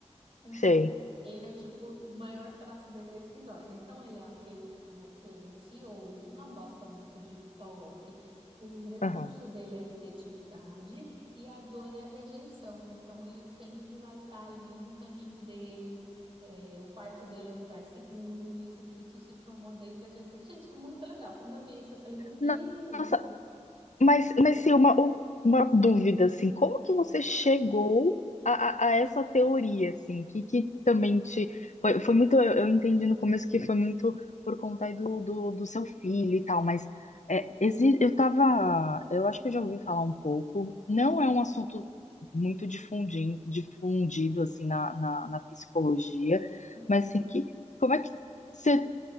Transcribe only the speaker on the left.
Sei.
aham.
No- Nossa, mas, mas sim, uma, uma dúvida, assim, como que você chegou a, a, a essa teoria, assim, que, que também te... Foi, foi muito, eu, eu entendi no começo que foi muito por conta aí do, do, do seu filho e tal, mas é, exi- eu tava, eu acho que eu já ouvi falar um pouco, não
é um assunto muito difundido, difundido assim, na, na, na psicologia,
mas, assim, que, como é que... Você